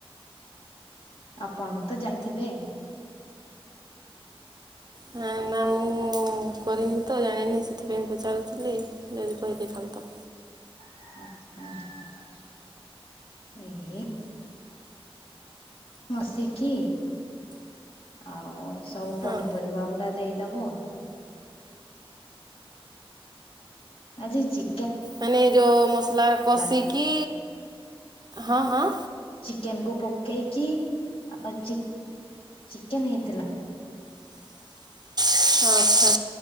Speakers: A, on the left; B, on the right.
A: ଆପଣ ବି ତ ଯାଇଥିବେ?
B: ହଁ
A: <inaudible>
B: ନା ମୁଁ କରିନି ତ ଜାଣିନି ସେଥିପାଇଁ ପଚାରୁଥିଲି ଯଦି କହିଦେଇଥାନ୍ତ
A: <unintelligible> ଏହେ ମସିକି ଆଉ ସବୁ
B: ହଁ
A: ପନିପରିବା ଗୁଡା ଦେଇଦେବ ଆଜି ଚି
B: ମାନେ ଯୋଉ ମସଲା କଷିକି
A: ବା
B: ହଁ ହଁ
A: ଚିକେନ କୁ ପକେଇକି ଆଉ ଚିକେନ ହେଇଥିଲା। <inaudible>
B: ହଁ ହଁ